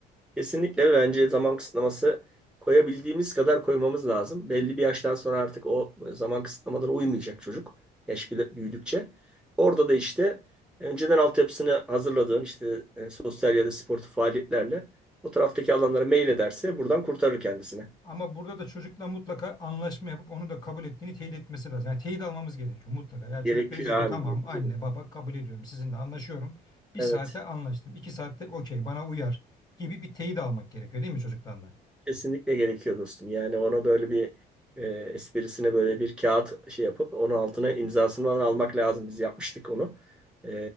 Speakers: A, in the centre; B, on the left.
A: Kesinlikle bence zaman kısıtlaması koyabildiğimiz kadar koymamız lazım. Belli bir yaştan sonra artık o zaman kısıtlamadan uymayacak çocuk. Yaş bile- büyüdükçe. Orada da işte önceden altyapısını hazırladığın işte e, sosyal ya da sportif faaliyetlerle o taraftaki alanlara mail ederse buradan kurtarır kendisini.
B: Ama burada da çocukla mutlaka anlaşma yapıp onu da kabul ettiğini teyit etmesi lazım. Yani teyit almamız gerekiyor mutlaka. Yani
A: Gerekiyor
B: çocuk da diyecek ki
A: abi,
B: tamam
A: gerekiyor.
B: anne baba kabul ediyorum sizinle anlaşıyorum. Bir
A: Evet,
B: saate anlaştım. iki saatte okey bana uyar gibi bir teyit almak gerekiyor değil mi çocuktan da?
A: kesinlikle gerekiyor dostum. Yani ona böyle bir e, esprisine böyle bir kağıt şey yapıp onun altına imzasını falan almak lazım. Biz yapmıştık onu. E,